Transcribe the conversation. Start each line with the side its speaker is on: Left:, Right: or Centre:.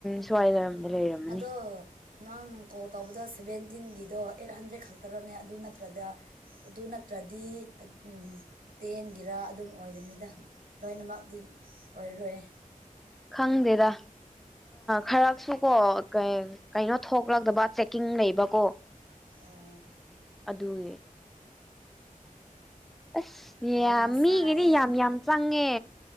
Centre: ꯁ꯭ꯋꯥꯏꯗ ꯑꯝ ꯂꯩꯔꯝꯃꯅꯤ
Right: ꯑꯗꯣ ꯅꯪ ꯀꯣꯜ ꯇꯧꯕꯗ ꯁꯦꯚꯦꯟꯇꯤꯟꯒꯤꯗꯣ ꯑꯩꯠ ꯍꯟꯗ꯭ꯔꯦꯗ ꯈꯛꯇꯔꯅꯦ ꯑꯗꯨ ꯅꯠꯇ꯭ꯔꯗ ꯑꯗꯨ ꯅꯠꯇ꯭ꯔꯗꯤ ꯎꯝ ꯇꯦꯟꯒꯤꯔꯥ ꯑꯗꯨꯝ ꯑꯣꯏꯒꯅꯤꯗ ꯂꯣꯏꯅꯃꯛꯇꯤ ꯑꯣꯏ ꯔꯣꯏ
Centre: ꯈꯪꯗꯦꯗ ꯈꯔꯁꯨ ꯀꯣ ꯀꯩꯅꯣ ꯊꯣꯛꯂꯛꯇꯕ ꯆꯦꯛꯀꯤꯡ ꯂꯩꯕꯀꯣ
Right: ꯎꯝ
Centre: ꯑꯗꯨꯒꯤ ꯑꯁ
Right: ꯑꯣ
Centre: ꯌꯥꯝ
Right: ꯉꯁꯥꯏ
Centre: ꯃꯤꯒꯤꯅꯤ ꯌꯥꯝ ꯌꯥꯝ ꯆꯪꯉꯦ